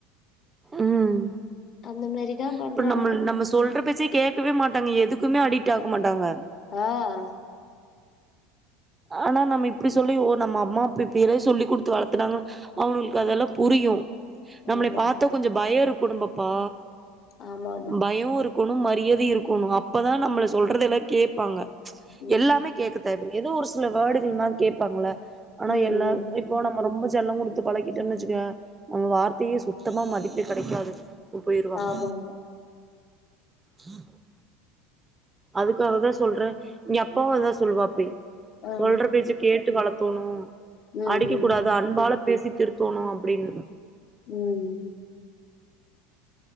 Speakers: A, on the right; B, on the left.
A: ம்
B: அந்த மாரி தான் பண்றானுங்க.
A: இப்ப நம்ம நம்ம சொல்ற பேச்சை கேட்கவே மாட்டாங்க எதுக்குமே அடிக்ட் ஆக மாட்டாங்க
B: ஆஹ்
A: ஆனா நம்ம இப்படி சொல்லி ஓ நம்ம அம்மா அப்பவே இப்படி சொல்லி கொடுத்து வளர்த்துனாங்க அவங்களுக்கு அதெல்லாம் புரியும் நம்மளை
B: ஆமா.
A: பாத்தா கொஞ்சம் பயம் இருக்கும் குடும்பப்பா
B: ஆமா ஆமா
A: பயம் இருக்கணும் மரியாதை இருக்கும் ணும் அப்பதான் நம்ம சொல்றதல்ல கேப் கேப்பாங்க
B: ம்
A: எல்லாமே கேட்க தேவ ஏதோ ஒரு <unintelligible> சில வர்டுகள்ளாம் கேட்பாங்கள ஆனா
B: ம்
A: எல்லாம்
B: ம்
A: இப்போ நம்ம ரொம்ப செல்லம் குடுத்து பழக்கிட்டே வச்சுக்க நம்ம வார்த்தையெ சுத்தமா மதிக் விட்டு கெடைக்காது போயிருவாங்க
B: ஆமா ஆமா
A: உஹ <inaudible> அதுக்காகதான் சொல்றேன் இங்க அப்பாவும் அதான் சொல்லுவாப்படி
B: ஆ
A: சொல்ற பேச்சு கேட்டு வளத்து <unintelligible>
B: ம்
A: அடிக்க
B: ம்
A: கூடாது அன்பால பேசி திருத்தோணு அப்டின்னு
B: ம்